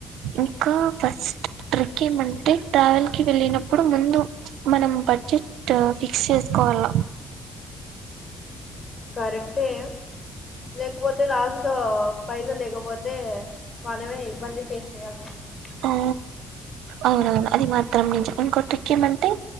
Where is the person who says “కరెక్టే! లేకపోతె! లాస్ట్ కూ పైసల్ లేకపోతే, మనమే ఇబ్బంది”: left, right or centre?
Left